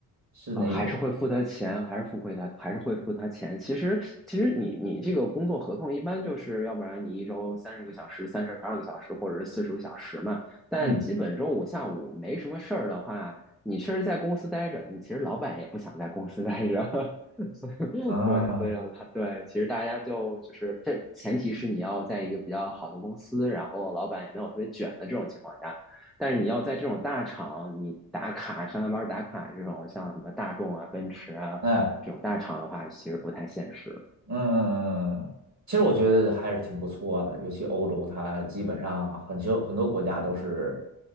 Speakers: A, on the right; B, in the centre.
A: 是哪种？
B: 呃，还是会付他钱，还是付回他，还是会付他钱。其实，其实你你这个工作合同一般就是，要不然你一周三十个小时、三十二个小时，或者是四十个小时嘛。但基本周五下午没什么事儿的话，
A: 嗯
B: 你确实在公司待着，你其实老板也不想在公司待着。<laughs> 所以对，
A: 啊，
B: 所以了，对，其实大家就就是这前提是你要在一个比较好的公司，然后老板也没有特别卷的这种情况下。但是你要在这种大厂，你打卡上下班打卡这种，像什么大众啊、奔驰啊这种大厂的话，
A: 哎。
B: 其实不太现实。
A: 嗯嗯嗯其实我觉得还是挺不错的，尤其欧洲，它基本上很多很多国家都是，